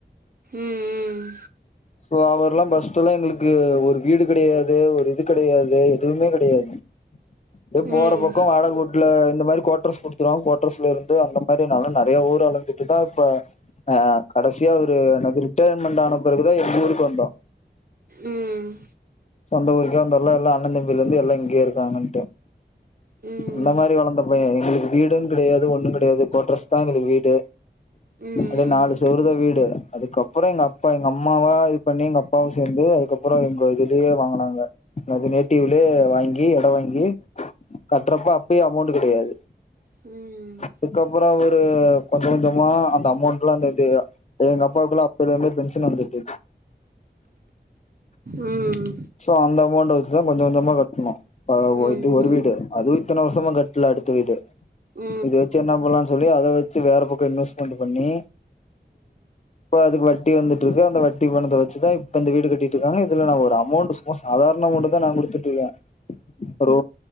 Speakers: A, on the right; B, on the left.
A: ம் ம்
B: சோ அவர்லா பஸ்ட்டுல்லா எங்களுக்கு ஒரு வீடு கெடயாது ஒரு இது கெடயாது எதுவுமே கெடயாது அப்டே போற
A: ம்
B: போக்குல வாடக ஊட்ல இந்த மாரி கோட்ரஸ் குடுத்து தா கோட்ரஸ்ல இருந்து அந்த மாரி நாங்ளு நெறைய ஊர் அழந்துட்டு தா இப்ப ஆ கடசியா ஒரு நேது ரிட்டர்மெண்ட் ஆன பிறகு போய் எங்க ஊருக்கு வந்தோம்
A: ம் ம்
B: சொந்த ஊருக்கே வந்துர்லா எல்லா அண்ண தம்பில இருந்து எல்லா இங்கயே இருக்காங்கன்ட்டு
A: ம்
B: இந்த மாரி வளந்த பைய எங்குளுக்கு வீடுங் கெடயாது ஒண்ணும் கெடயாது கோட்ரஸ் தா எங்குளுக் வீடு
A: ம்
B: அது
A: ம்
B: நாலு செவுறுதா வீடு அதுக்கப்புறம் எங்க அப் எங்க அம்மாவா இது பண்ணி எங்க அப்பாவும் சேந்து அதுக்கப்புறோ எங்க எதிர்லேயே வாங்குனாங்க அது நேட்டிவ்லயே வாங்கி எடம் வாங்கி கட்றப்ப அப்பயே அமவ்ண்ட்டு கெடயாது
A: ம் ம்
B: அதுக்கப்புறம் அவுரு கொஞ்சம் கொஞ்சமா அந்த அமவ்ண்ட்ல்ல அந்த இதுவ் எங்க அப்பாவுக்குள்ள அப்பத்லெந்து பென்ஷன் வந்துட்ருக்
A: ம்
B: சோ அந்த அமவ்ண்ட்ட வச்சுதா கொஞ்ச கொஞ்சமா கட்ணு அ
A: ம் ம் ம்
B: இது ஒரு வீடு அதுவும் இத்தன வருஷமா கட்லா அடுத்த வீடு
A: ம் ம் ம் ம்
B: இது வெச்சு என்ன பண்லா சொல்லி அத வச்சு வேற பக்கம் இன்வெஸ்ட்மென்ட்டு பண்ணி இப்ப அதுக்கு வட்டி வந்துட் ட்ருக்கு அந்த வட்டி பணத்த வச்சுதா இப்ப இந்த வீடு கட்டிட்டு இருக்காங்க இதுலா நா ஒரு அமோண்ட் சும்மா சாதாரண அமோண்ட்தா நா குடுத்துட்டு இருக்கே ஒரு